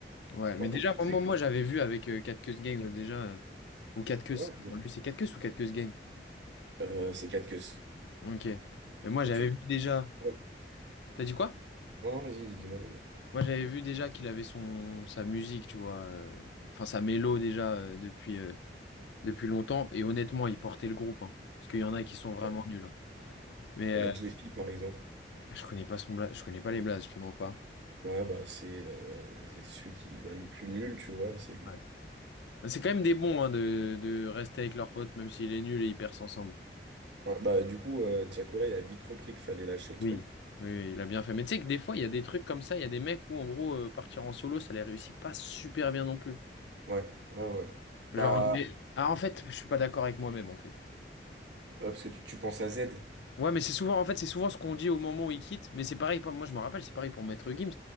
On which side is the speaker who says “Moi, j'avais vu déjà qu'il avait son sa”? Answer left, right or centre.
Left